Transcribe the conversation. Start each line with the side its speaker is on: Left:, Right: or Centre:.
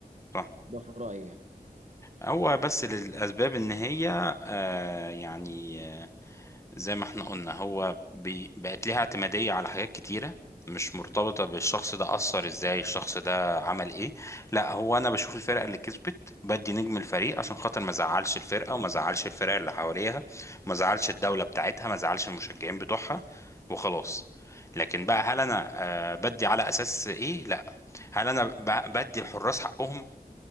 Left: صح
Right: ده في رايي يعني
Left: هو بس للاسباب ان هي آه يعني آه، زي ما احنا قلنا هو بي... بقت ليها اعتمادية على حاجات كتيرة مش مرتبطة بالشخص ده أثر ازاي الشخص ده عمل ايه لا هو أنا بشوف الفرقة اللي كسبت بدي نجم الفريق عشان خاطر ما زعلش الفرقة وما زعلش الفرق اللي حواليها وما زعلش الدولة بتاعتها ما زعلش المشجعين بتوعها وخلاص لكن بقى هل أنا آه، بدي على أساس ايه لا هل أنا ب... بدي الحراس حقهم